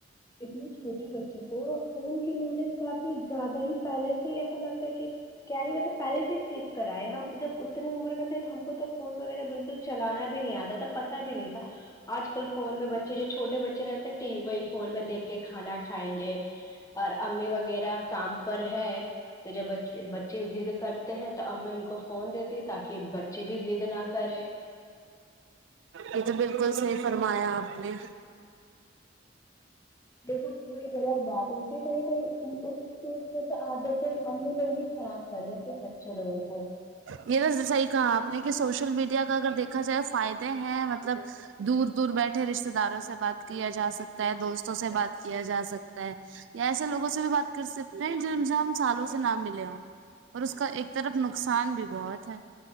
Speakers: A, on the left; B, on the right.
A: اتنے چھوٹے بچوں کو فون کی نالج کافی زیادہ ہی پہلے سے ہی ایسا لگتا ہے کہ کیا ہی مطلب پہلے سے سیکھ کر آئے ہم جب اتنے عمر میں تھے تو ہم کو تو فون وغیرہ بالکل چلانا بھی نہیں آتا تھا پتا بھی نہیں تھا آج کل فون میں بچے جو چھوٹے بچے رہتے وہی فون میں دیکھ کے کھانا کھائیں گے اور امی وغیرہ کام پر ہے تو جب بچے د کرتے ہیں تو امی ان کو فون دیتی تاکہ بچے بھی ضد نہ کرے
B: یہ تو بالکل صحی فرمایا آپ نے
A: یہ سب تو بڑی گ بات ہوتی ہے کہیں کئی اس چیز پہ تو عادت امی لوگ بھی خراب کر دیتے ہیں بچے لوگوں کو
B: یہ تو صحیح کہا آپ نے کہ سوشل میڈیا کا اگر دیکھا جائے فائدے ہیں مطلب دور دور بیٹھے رشتے داروں سے بات کیا جا سکتا ہے دوستوں سے بات کیا جا سکتا ہے یا ایسے لوگوں سے بھی بات سکتے ج سے ہم سالوں سے نہ ملے ہو اور اس کا ایک طرف نقصان بھی بہت ہے